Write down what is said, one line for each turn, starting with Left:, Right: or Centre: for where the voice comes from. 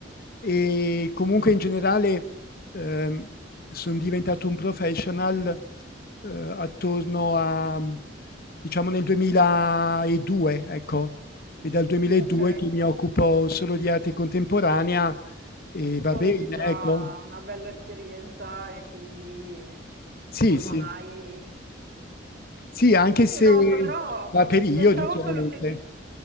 Left: E comunque in generale eh, sono diventato un professional eh, attorno a, diciamo, nel 2002, ecco, e dal 2002
Right: Ok.
Left: che mi occupo solo di arte contemporanea e va
Right: tu
Left: bene,
Right: avevi già
Left: ecco.
Right: una bella esperienza e quindi
Left: Sì,
Right: ormai...
Left: sì. Sì, anche se
Right: Sì, no, però
Left: da
Right: mh,
Left: periodi
Right: pensavo
Left: chiaramente.
Right: a quello che, di-